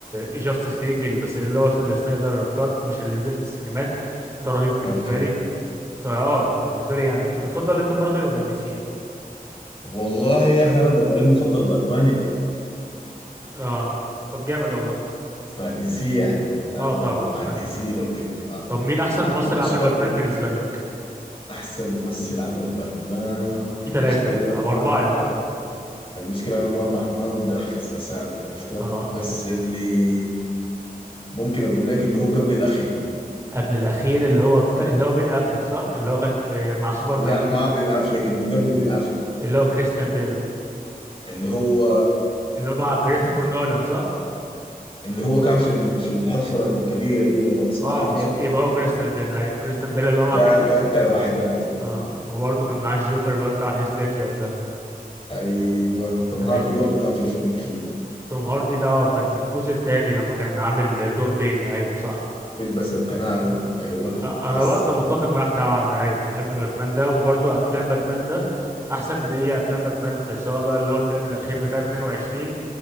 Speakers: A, on the right; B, on the left.
A: جاستس ليج بس اللي هو السنايدر كات مش اللي نزل في السينمات ده رهيب بالنسبه
B: اوكي
A: لي فاه فبالنسبه لي يعني انت بتفضل انت مارفل ولا دي سي
B: والله يا اخي انا بطلي المفضل باتمان يا مان.
A: اه طب جامد والله
B: فدي سي يعني انا
A: اه طبعا
B: مع
A: آه.
B: دي سي لو كده اه
A: طب مين احسن ممثل
B: وسبقوا
A: عمل باتمان بالنسبه لك
B: احسن ممثل عمل باتمان
A: اه في ثلاثه
B: المشكله انه
A: او
B: انا ما
A: اربعه يعتبر
B: المشكلة أنا ما بح ما بقدر أحفظ أسامي عرفتها
A: اه
B: بس
A: طب
B: اللي ممكن أقول لك اللي هو قبل الأخير
A: قبل الاخير اللي هو بتا... اللي هو بين افليك صح اللي هو كان في مع سوبرمان
B: لا ما بن أفلك اللي قبل بن أفلك
A: اللي هو كريستيان بيل
B: اللي هو
A: اللي هو مع كريستوفر نولان صح
B: <hesitation> اللي هو كان في ال- في الحفرة الكبيرة دي والله بس
A: اه
B: ما عارف اسمه
A: يبقى يبقى
B: يعني.
A: هو كريستال بيل ايوه كريستال بيل اللي هو مع
B: ده
A: كريس
B: ده أكتر واحد أنا عاجبني
A: اه
B: يعني.
A: وبرضه كان معاه الجوكر اللي هو بتاع هيث ليدجر ده
B: أيوه توم
A: ايوه
B: هاردي برضو كان في فيلم فيلم
A: توم هاردي ده آه، كان في في الجزء الثاني لما كان عامل دور بين ايوه صح
B: بيلبس القناع ده
A: آه.
B: أيوه
A: آه،
B: بس
A: انا برضه متفق معاك طبعا ما ايوه بحب باتمان ده وبرضه افلام باتمان ده احسن من اي افلام باتمان في سواء بقى اللي هو الفيلم الاخير بتاع 22